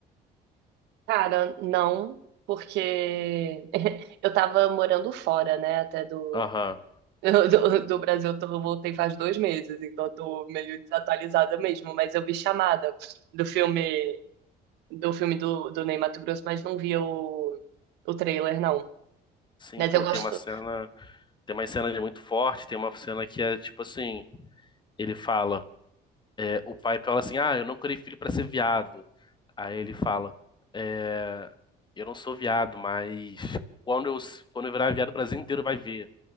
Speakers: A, on the right; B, on the left.
A: cara, não, porque <laughs> eu tava morando fora, né, até do.
B: Aham.
A: <laughs> Do, do Brasil, eu tô- voltei faz dois meses, então eu tô meio desatualizada mesmo. Mas eu vi chamada do filme do filme do, do Ney Matogrosso, mas não vi o, o trailer, não.
B: Sim,
A: Mas
B: pô,
A: eu gosto.
B: tem uma cena, tem uma cena muito forte, tem uma cena que é tipo assim, ele fala O pai fala assim: Ah, eu não criei filho pra ser viado. Aí ele fala: É, eu não sou viado, mas quando eu, quando eu virar viado, o Brasil inteiro vai ver.